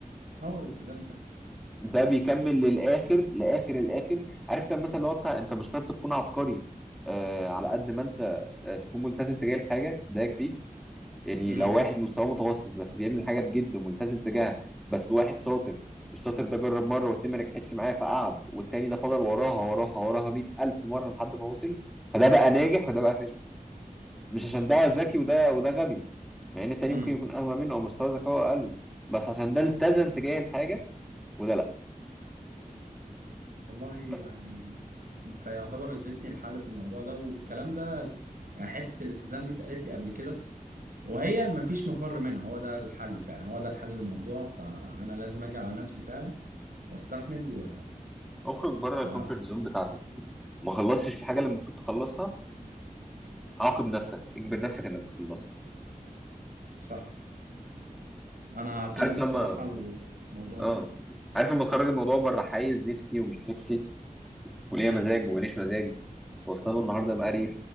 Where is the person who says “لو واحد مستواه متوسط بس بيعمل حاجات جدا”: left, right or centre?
Centre